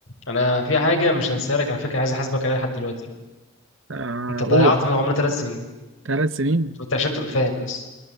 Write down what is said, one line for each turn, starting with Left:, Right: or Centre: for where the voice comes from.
Left: انا في حاجه مش هنساها لك على فكره عايز احاسبك عليها لحد دلوقتي
Right: آه،
Left: انت ضيعت
Right: قول
Left: من عمرنا ثلاث سنين
Right: ثلاث سنين
Left: انت عشان تبقى فاهم بس